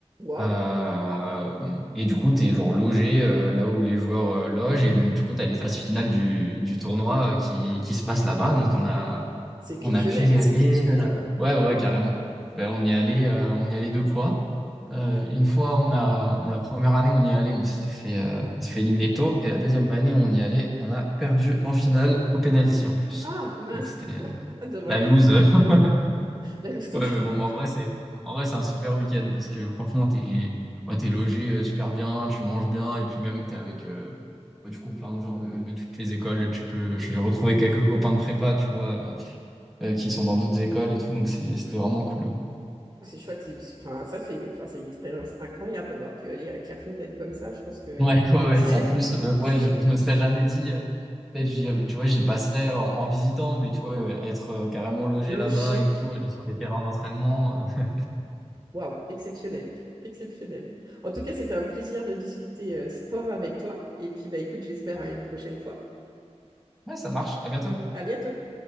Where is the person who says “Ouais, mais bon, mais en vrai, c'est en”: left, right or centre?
Centre